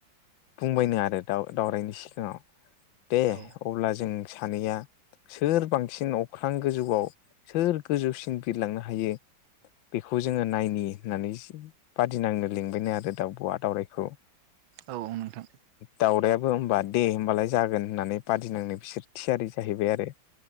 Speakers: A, on the left (about 75°); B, on the right (about 85°).
A: बुंबायनो आरो दा दावरायनि सिगाङाव दे
B: औ
A: अब्ला जों सानैया सोर बांसिन अख्रां गोजौआव सोर गोजौसिन बिरलांनो हायो बेखौ जोङो नायनि होननानै बादिनांनो लिंबायनो आरो दाउब'आ दावउरायखौ।
B: औ नोंथां‌।
A: दावरायाबो होमबा दे होमबालाय जागोन होननानै बादिनांनो बिसोर थियारि जाहैबाय आरो।